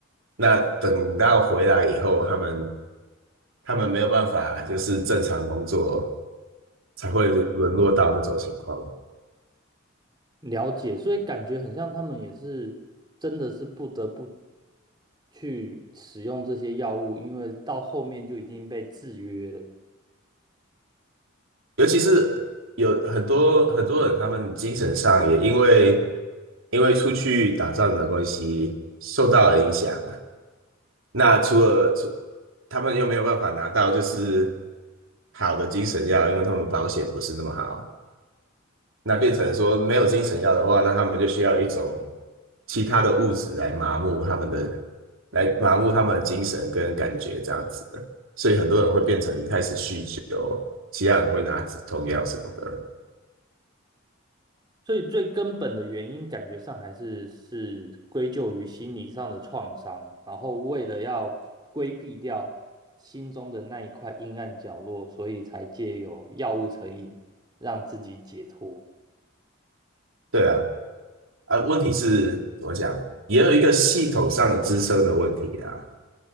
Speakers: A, on the right; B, on the right.
A: 那等到回来以后，他们他们没有办法就是正常工作，才会沦落到那种情况。
B: 了解，所以感觉很像他们也是真的是不得不去使用这些药物，因为到后面就已经被制约了。
A: 尤其是有很多很多人，他们精神上也因为因为出去打仗的关系受到了影响啊。那除了除他们又没有办法拿到就是好的精神药，因为他们保险不是那么好。那变成说没有精神药的话，那他们就需要一种其他的物质来麻木他们的，来麻木他们的精神跟感觉这样子的。所以很多人会变成开始酗酒，其他人会拿止痛药什么的。
B: 所以最根本的原因，感觉上还是是归咎于心理上的创伤，然后为了要规避掉心中的那一块阴暗角落，所以才借由药物成瘾让自己解脱。
A: 对啊，啊，问题是怎么讲，也有一个系统上支撑的问题啊。